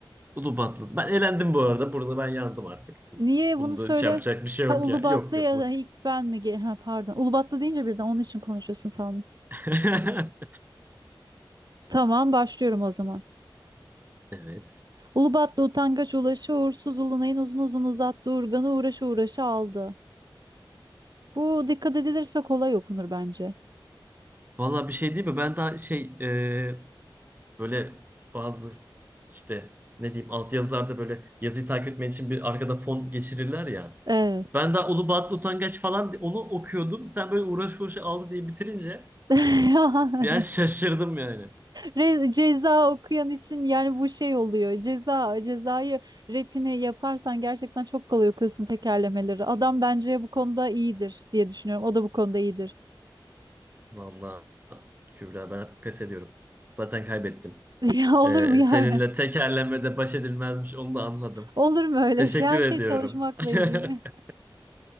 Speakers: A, on the right; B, on the right.
A: Ulubatlı. Ben elendim bu arada. Burada ben yandım artık.
B: Niye
A: Bunda
B: bunu söyle?
A: şey yapacak bir şey
B: Ha
A: yok
B: Ulubatlı
A: ya. Yok yok
B: ya
A: bu.
B: da ilk ben mi? ge- Ha pardon. Ulubatlı deyince birden onun için konuşuyorsun sandım.
A: <laughs>
B: Tamam, başlıyorum o zaman.
A: Evet.
B: Ulubatlı utangaç ulaşı uğursuz ulunayın uzun uzun uzattı urganı uğraşı uğraşı aldı. Bu dikkat edilirse kolay okunur bence.
A: Valla bir şey değil mi? Ben daha şey e, böyle bazı işte ne diyeyim altyazılarda böyle yazıyı takip etmen için bir arkada fon geçirirler ya.
B: Evet.
A: Ben daha Ulubatlı Utangaç falan onu okuyordum. Sen böyle uğraş uğraş aldı diye bitirince
B: <laughs>
A: biraz şaşırdım yani.
B: Re- ceza okuyan için yani bu şey oluyor. Ceza, cezayı rapini yaparsan gerçekten çok kolay okuyorsun tekerlemeleri. Adam bence bu konuda iyidir diye düşünüyorum. O da bu konuda iyidir.
A: Valla Kübra ben artık pes ediyorum. Zaten kaybettim.
B: <laughs> Ya olur
A: Ee,
B: mu ya?
A: seninle tekerlemede baş edilmezmiş onu da anladım.
B: Olur mu öyle
A: Teşekkür
B: şey? Her
A: ediyorum.
B: şey çalışmakla
A: <laughs>
B: ilgili.